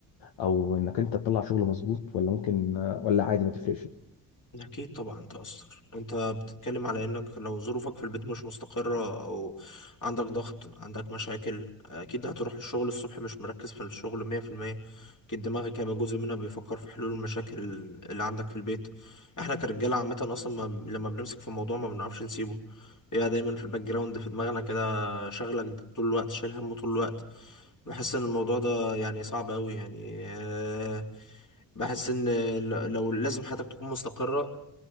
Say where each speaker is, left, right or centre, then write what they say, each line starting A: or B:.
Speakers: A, on the left; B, on the left.
A: او انك انت تطلع شغل مظبوط ولا ممكن ولا عادي ما تفرقش
B: أكيد طبعا تأثر أنت بتتكلم على إنك لو ظروفك في البيت مش مستقرة أو عندك ضغط عندك مشاكل أكيد هتروح الشغل الصبح مش مركز في الشغل مية في المية أكيد دماغك هيبقى جزء منها بيفكر في حلول المشاكل اللي عندك في البيت إحنا كرجالة عامة أصلا ما لما بنمسك في موضوع ما بنعرفش نسيبه بيبقى دايما في الباك جراوند في دماغنا كده شغلك طول الوقت شايل همه طول الوقت بحس إن الموضوع ده يعني صعب أوي يعني آه، بحس ان ل- لو لازم حياتك تكون مستقرة